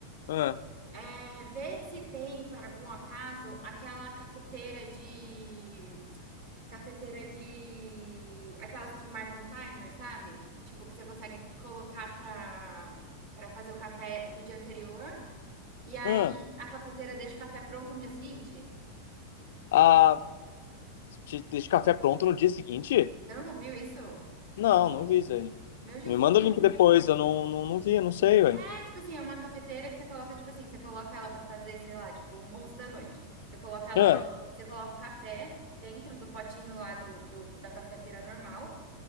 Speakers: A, on the left; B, on the right.
A: Ah,
B: É, ver se tem, por algum acaso, aquela cafeteira de Cafeteira de. Aquelas que marcam timer, sabe? Tipo, que você consegue colocar pra, pra fazer o café no dia anterior. E aí
A: ah.
B: a cafeteira deixa o café pronto no dia seguinte.
A: Ah, te deixa o café pronto no dia seguinte?
B: Você nunca viu isso?
A: Não, não vi isso aí.
B: Meu Jesus!
A: Me manda o link depois, eu não, não, não vi, eu não sei, ué.
B: É tipo assim, é uma cafeteira que você coloca, tipo assim, você coloca ela pra fazer, sei lá, tipo, um 11 da noite. Você coloca ela
A: Ah,
B: lá, você coloca o café dentro do potinho lá do, do- da cafeteira normal.